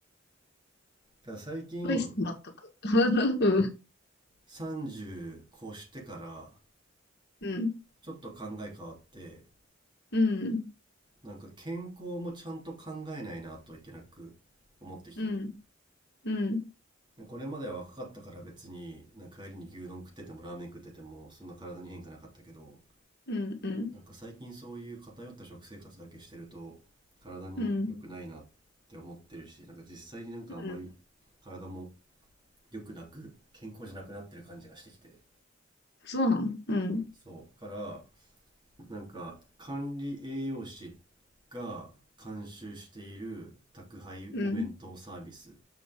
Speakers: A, on the right; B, on the left.
A: から最近
B: うい納得うん
A: 30越してから
B: うん
A: ちょっと考え変わって
B: うん
A: なんか健康もちゃんと考えないなといけなく思ってきてるのよ
B: うんうん
A: これまでは若かったから別になんか帰りに牛丼食っててもラーメン食っててもそんな体に変化なかったけど
B: うんうん
A: なんか最近そういう偏った食生活だけしてると体に良くないなって思ってるしなんか実際になんかあんまり
B: うんうん
A: 体も良くなく健康じゃなくなってる感じがしてきて
B: そうなのうん
A: そうからなんか管理栄養士が監修している宅配お弁当サービス
B: うん